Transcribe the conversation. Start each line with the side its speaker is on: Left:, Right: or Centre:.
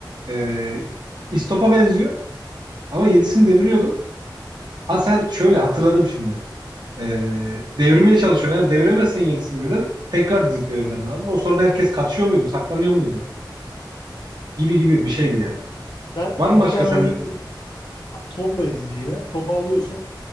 Right: Ee, İstop'a benziyor. Ama yedisini deviriyordum. Ha sen şöyle hatırladım şimdi. Ee, devirmeye çalışıyorsun. Eğer deviremezsen yedisini birden tekrar dizip devirmen lazım. O sırada herkes kaçıyor muydu, saklanıyor muydu? Gibi gibi bir şeydi yani.
Left: Ben
Right: Var mı
Left: bir
Right: başka
Left: tane
Right: sende?
Left: oyun bak, topla ilgili yine. Topu alıyorsun.